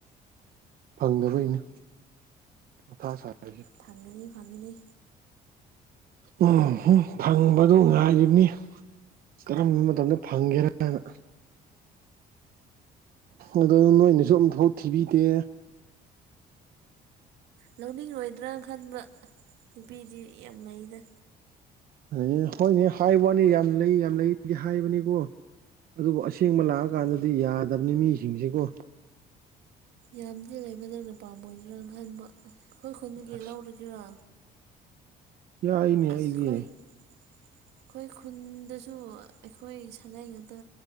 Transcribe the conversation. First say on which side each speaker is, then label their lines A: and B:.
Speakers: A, on the right (about 60°); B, on the right (about 85°).
A: ꯐꯪꯗꯕꯒꯤꯅꯦ ꯃꯊꯥ ꯁꯥꯔꯤꯁꯦ
B: ꯐꯪꯒꯅꯤ ꯐꯪꯅꯤ
A: ꯎꯝ ꯎꯝ ꯐꯪꯕꯗꯣ ꯉꯥꯏꯔꯤꯕꯅꯤ ꯀꯔꯝꯕ ꯃꯇꯝꯗ ꯐꯪꯒꯦꯔꯅ ꯑꯗꯨ ꯅꯣꯏꯅꯁꯨ ꯑꯝ ꯐꯥꯎ ꯊꯤꯕꯤꯗꯦ꯫
B: ꯂꯧꯅꯤꯡꯂꯣꯏꯗ꯭ꯔꯥꯅ ꯈꯟꯕ ꯅꯨꯄꯤꯗꯤ ꯌꯥꯝ ꯂꯩꯗ꯫
A: ꯑꯗꯨ ꯍꯣꯏꯅꯦ ꯍꯥꯏꯕ ꯋꯥꯅꯤ ꯌꯥꯝ ꯂꯩ ꯌꯥꯝ ꯂꯩꯗꯤ ꯍꯥꯏꯕꯅꯤꯀꯣ꯫ ꯑꯗꯨꯕꯨ ꯑꯁꯦꯡꯕ ꯂꯥꯛꯑꯀꯥꯟꯗꯗꯤ ꯌꯥꯗꯕꯅꯤ ꯃꯤꯁꯤꯡꯁꯤꯀꯣ꯫
B: ꯌꯥꯝꯗꯤ ꯂꯩꯕ ꯅꯪꯅ ꯄꯥꯝꯃꯣꯏꯗ꯭ꯔꯥꯅ ꯈꯟꯕ ꯑꯩꯈꯣꯏ ꯈꯨꯟꯗꯨꯒꯤ
A: ꯑꯁ
B: ꯂꯧꯔꯒꯦꯔꯥ꯫
A: ꯌꯥꯏꯅꯦ꯫ ꯑꯩꯗꯤ
B: ꯑꯩꯈꯣꯏ
A: ꯑꯦ
B: ꯑꯩꯈꯣꯏ ꯈꯨꯟꯗꯁꯨ ꯑꯩꯈꯣꯏ ꯁꯥꯒꯩꯏ ꯉꯥꯛꯇ